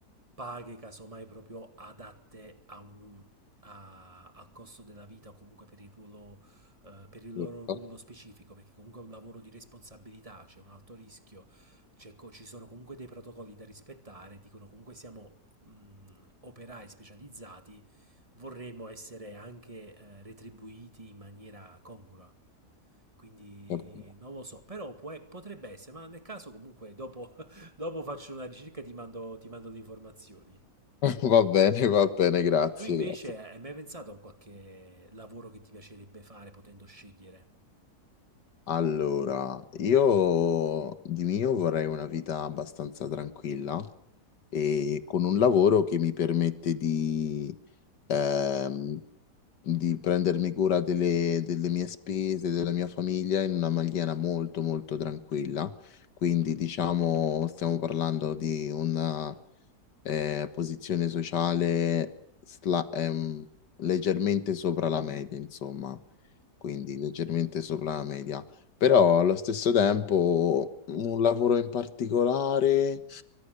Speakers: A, on the right; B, on the left.
A: paghe casomai proprio adatte a un, a- al costo della vita o comunque per il ruolo eh, per il
B: Giusto?
A: loro ruolo specifico, perché comunque è un lavoro di responsabilità, c'è un alto rischio, c'è co- ci sono comunque dei protocolli da rispettare, dicono comunque siamo mh, operai specializzati, vorremmo essere anche eh, retribuiti in maniera congrua. Quindi
B: <laughs>
A: non lo so, però può- potrebbe essere, ma nel caso comunque dopo, <laughs> dopo faccio una ricerca e ti mando, ti mando le informazioni.
B: Va bene, va bene, grazie,
A: Tu invece
B: grazie.
A: hai mai pensato a un qualche lavoro che ti piacerebbe fare potendo scegliere?
B: Allora, io di mio vorrei una vita abbastanza tranquilla e con un lavoro che mi permette di, ehm, di prendermi cura delle, delle mie spese, della mia famiglia in una maniera molto, molto tranquilla. Quindi, diciamo, stiamo parlando di un eh, posizione sociale sla- ehm, leggermente sopra la media, insomma, quindi leggermente sopra la media. Però allo stesso tempo un lavoro in particolare